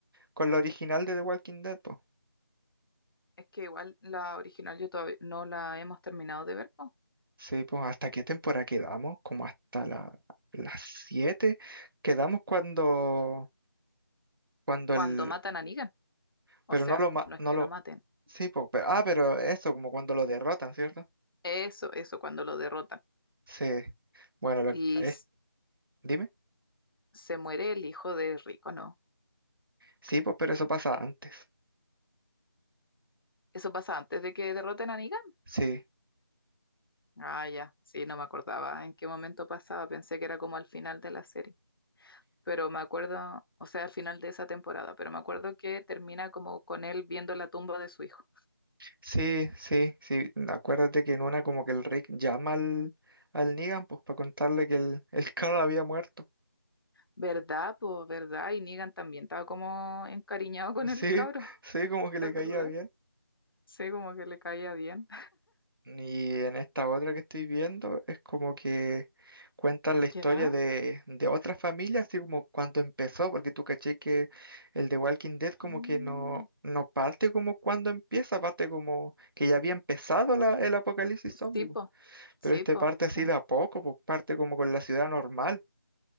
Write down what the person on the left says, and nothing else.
Es que igual la original yo todavía no la hemos terminado de ver, po.
Cuando
matan a Negan.
O sea,
no es
que
lo maten.
Eso, eso, cuando lo derrotan.
Y
s-
se muere el hijo de Rico, ¿no?
Eso pasa antes de que derroten a Negan.
Ah, ya, sí, no me acordaba en qué momento pasaba. Pensé que era como al final de la serie. Pero me acuerdo, o sea, al final de esa temporada, pero me acuerdo que termina como con él viendo la tumba de su hijo.
¿Verdad, pues, verdad? Y Negan también estaba como encariñado con
el cabro, <laughs>
¿te
acordás?
Sí, como que le caía bien.
¿Ya?
Mm,
Sí, po,
sí,
po,
sí.